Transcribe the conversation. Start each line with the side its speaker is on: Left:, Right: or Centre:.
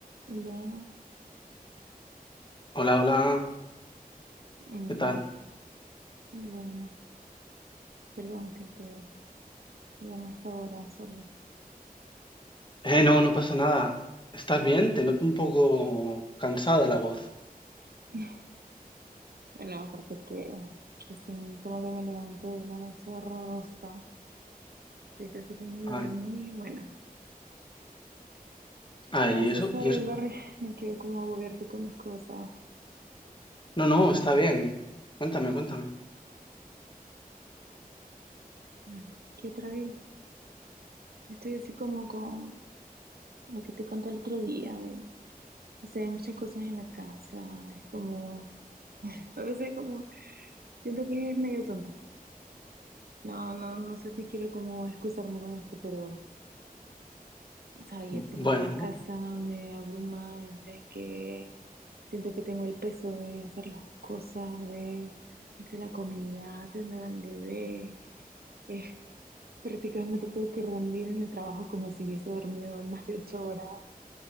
Right: Hola,
Left: Hola, hola,
Right: mm,
Left: ¿qué tal?
Right: bueno, perdón que te llame a esta hora, sorry.
Left: Eh, no, no pasa nada. ¿Estás bien? Te noto un poco cansada la voz.
Right: <laughs> Bueno, aparte que recién como que me levanté de una noche horrorosa, que casi que ni
Left: Ay,
Right: dormí, bueno.
Left: ay,
Right: Ah,
Left: ¿y
Right: sí,
Left: eso?
Right: sorry,
Left: ¿Y eso?
Right: sorry, <laughs> me quiero como agobiarte con mis cosas.
Left: No, no, está bien. Cuéntame, cuéntame.
Right: Ay, que otra vez estoy así como con lo que te conté el otro día de, o sea, hay muchas cosas en la casa, es como, <laughs> a veces como siento que es medio tonto. No, no, no sé si quiero como excusarme con esto, pero, ¿sabes? El tema
Left: Bueno,
Right: de la casa me abruma, entre que siento que tengo el peso de hacer las cosas, de entre la comida, tener al bebé, es prácticamente tengo que rendir en el trabajo como si hubiese dormido más de ocho horas